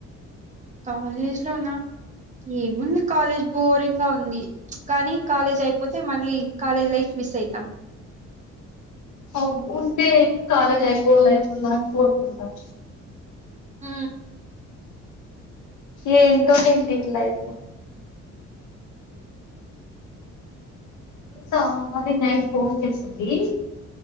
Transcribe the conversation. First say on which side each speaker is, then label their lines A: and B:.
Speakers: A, on the right (about 25°); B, on the left (about 70°).
A: కాలేజ్ లోన ఏముంది కాలేజ్ బోరింగ్ గా ఉంది కానీ కాలేజ్ అయిపోతే మళ్ళీ కాలేజ్ లైఫ్ మిస్ అయితాను
B: కొవ్వు ఉంటే కాలేజ్ అయిపోవాల్ల కోరుకుంటాం
A: హ
B: ఎంటోనండి లైప్ తా మళ్ళీ నైట్ ఫోన్ చేసింది